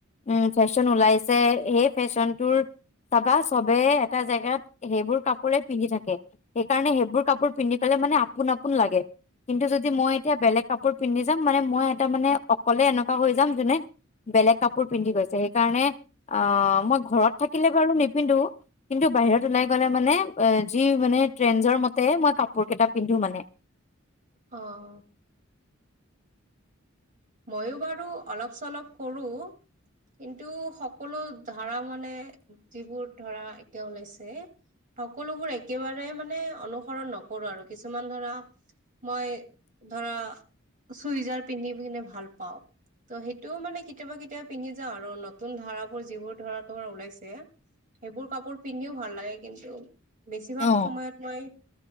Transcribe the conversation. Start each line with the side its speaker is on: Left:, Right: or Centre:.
Left: উম, ফেশ্বন ওলাইছে সেই ফেশ্বনটোৰ চাবা চবে এটা জেগাত সেইবোৰ কাপোৰে পিন্ধি থাকে। সেইকাৰণে সেইবোৰ কাপোৰ পিন্ধি পেলাই মানে আপোন, আপোন লাগে। কিন্তু যদি মই এতিয়া বেলেগ কাপোৰ পিন্ধি যাম, মানে মই এটা মানে অকলে এনেকুৱা হৈ যাম যোনে বেলেগ কাপোৰ পিন্ধি গৈছে সেইকাৰণে অ', মই ঘৰত থাকিলে বাৰু নিপিন্ধো। কিন্তু বাহিৰত ওলাই গ'লে মানে এ যি মানে ট্ৰেনজৰ মতে মই কাপোৰ কেটা পিন্ধো মানে।
Right: অ'। ময়ো বাৰু অলপ চলপ কৰোঁ। কিন্তু সকলো ধৰা মানে, যিবোৰ ধৰা এতিয়া ওলাইছে। সকলোবোৰ একেবাৰে মানে অনুসৰণ নকৰোঁ আৰু কিছুমান ধৰা মই ধৰা চুইজাৰ পিন্ধি কিনে ভাল পাওঁ। ত' সেইটোও মানে কেতিয়াবা, কেতিয়াবা পিন্ধি যাওঁ আৰু নতুন ধাৰাবোৰ যিবোৰ ধৰা তোমাৰ ওলাইছে। সেইবোৰ কাপোৰ পিন্ধিও ভাল লাগে, কিন্তু বেছিভাগ
Left: অ
Right: সময়ত মই